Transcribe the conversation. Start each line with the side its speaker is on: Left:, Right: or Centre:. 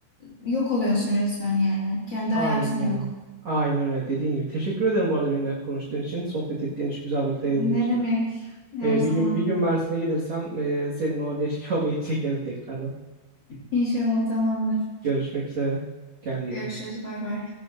Left: yok oluyorsun resmen yani kendi
Right: Aynen
Left: hayatın
Right: öyle.
Left: yok.
Right: Aynen öyle dediğin gibi. Teşekkür ederim bu arada benimle konuştuğun için, sohbet ettiğin için, güzel vakit ayırdığın
Left: Ne
Right: için.
Left: demek her
Right: E,
Left: zaman.
Right: bir gün bir gün Mersin'e gelirsem e, senin o leş kebabı <laughs> çekerim tekrardan.
Left: İnşallah tamamdır.
Right: Görüşmek üzere. Kendine iyi
Left: Görüşürüz.
Right: bak.
Left: Bay bay.